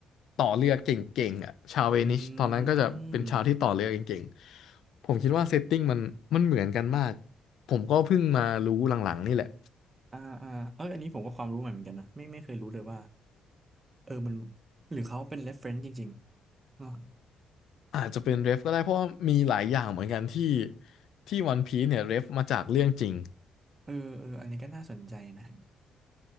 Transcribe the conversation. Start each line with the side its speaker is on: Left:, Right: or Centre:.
Left: ต่อเรือเก่งๆอ่ะชาวเวนิสตอนนั้นก็จะเป็นชาวที่ต่อเรือเก่งๆผมคิดว่าเซตติ้งมันมันเหมือนกันมาก
Right: อืม
Left: ผมก็เพิ่งมารู้หลังๆนี่แหละ
Right: อ่าอ่าเอออันนี้ผมก็ความรู้ใหม่เหมือนกันนะไม่ไม่เคยรู้เลยว่าเออมันหรือเขาเป็น reference จริงๆเนอะ
Left: อาจจะเป็นเรฟก็ได้เพราะว่ามีหลายอย่างเหมือนกันที่ที่วันพีซเนี่ยเรฟมาจากเรื่องจริง
Right: เออเอออันนี้ก็น่าสนใจนะ